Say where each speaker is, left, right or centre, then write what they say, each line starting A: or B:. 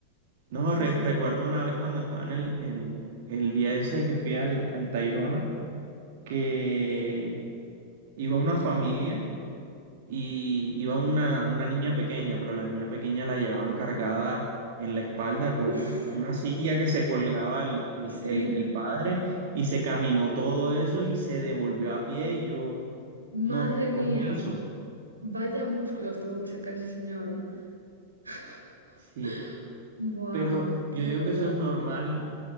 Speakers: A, on the right; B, on the right.
A: No,
B: Sí,
A: re-
B: sí,
A: recuerdo
B: sí.
A: una vez cuando estaba en el, el, el día ese que fui al, al Tayrona, que iba una familia y iba una, una niña pequeña, pero la niña pequeña la llevaban cargada en la espalda con
B: Uf,
A: una silla que se colgaba el, el,
B: sí,
A: el, el padre y se caminó todo eso y se devolvió a pie y yo,
B: madre
A: no,
B: mía,
A: ¿cómo hizo?
B: vaya músculos tuvo que sacar ese señor, ¿eh? <laughs>
A: Sí.
B: Buah,
A: Pero
B: qué
A: yo digo
B: barbaridad.
A: que eso es normal